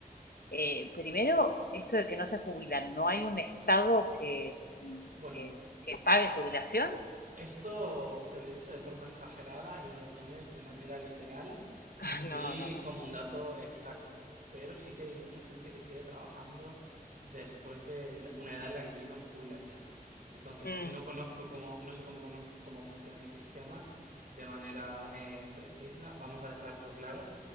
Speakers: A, on the left; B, on the right.
A: eh, primero, esto de que no se jubilan, no hay un Estado que, mm,
B: Bueno,
A: que, que pague jubilación.
B: esto te lo he dicho de forma exagerada y no lo tomes de manera literal
A: <laughs>
B: ni
A: No, no, no.
B: como un dato exacto, pero sí que hay mucha gente que sigue trabajando después de la- una edad en la que aquí nos jubilaríamos. Entonces,
A: Mm,
B: no conozco cómo, no sé cómo, cono- cómo funciona el sistema de manera eh, precisa, vamos a dejar eso claro,